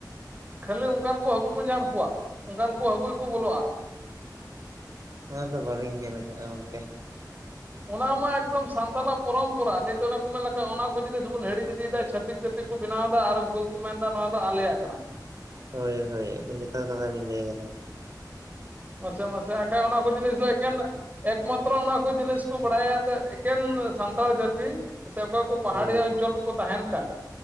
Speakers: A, on the right (about 20°); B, on the right (about 50°).
A: ᱠᱷᱟᱹᱞᱤ ᱚᱱᱠᱟᱱ ᱠᱚ ᱦᱟᱹᱠᱩ ᱠᱚ ᱧᱟᱢ ᱠᱚᱣᱟ ᱚᱱᱠᱟᱱ ᱠᱚ ᱦᱟᱹᱠᱩ ᱜᱤᱠᱚ ᱵᱚᱞᱚᱜᱼᱟ᱾
B: ᱚᱱᱟ ᱫᱚ ᱵᱟᱹᱞᱤᱧ ᱧᱮᱞ ᱠᱟᱜᱼᱟ ᱜᱚᱝᱠᱮ᱾
A: ᱚᱱᱟ ᱢᱟ ᱮᱠᱫᱚᱢ ᱥᱟᱱᱛᱟᱞᱟᱜ ᱯᱚᱨᱚᱢᱯᱚᱨᱟ᱾ ᱱᱤᱛ ᱚᱱᱟ ᱠᱚ ᱢᱮᱱ ᱞᱮᱠᱟ ᱚᱱᱟ ᱠᱚ ᱡᱤᱱᱤᱥ ᱵᱚᱱ ᱦᱤᱲᱤᱧ ᱤᱫᱤᱭᱮᱫᱟ᱾ ᱪᱷᱟᱹᱛᱤᱠ ᱡᱟᱹᱛᱤ ᱠᱚ ᱵᱮᱱᱟᱣ ᱫᱟ ᱟᱨ ᱩᱱᱠᱩ ᱜᱮᱠᱚ ᱢᱮᱱᱫᱟ ᱱᱚᱣᱟ ᱫᱚ ᱟᱞᱮᱭᱟᱜ ᱠᱟᱱᱟ᱾
B: ᱦᱳᱭ ᱦᱳᱭ ᱟᱵᱤᱱ ᱡᱚᱛᱷᱟᱛ ᱠᱟᱛᱷᱟ ᱵᱤᱱ ᱞᱟᱹᱭ ᱠᱟᱫᱟ᱾
A: ᱢᱟᱥᱮ ᱢᱟᱥᱮ ᱟᱠᱷᱟᱡ ᱚᱱᱟ ᱠᱚ ᱡᱤᱱᱤᱥ ᱫᱚ ᱮᱠᱮᱱ ᱮᱠᱢᱟᱛᱨᱚ ᱚᱱᱟ ᱠᱚ ᱡᱤᱱᱤᱥ ᱠᱩ ᱵᱟᱲᱟᱭᱟ ᱮᱠᱮᱱ ᱥᱟᱱᱛᱟᱲ ᱡᱟᱹᱛᱤ ᱥᱮ ᱚᱠᱚᱭ ᱠᱚ ᱯᱟᱦᱟᱲᱤᱭᱟ.
B: ᱦᱳᱭ
A: ᱚᱧᱪᱚᱞ ᱨᱮᱠᱚ ᱛᱟᱦᱮᱱ ᱠᱟᱱ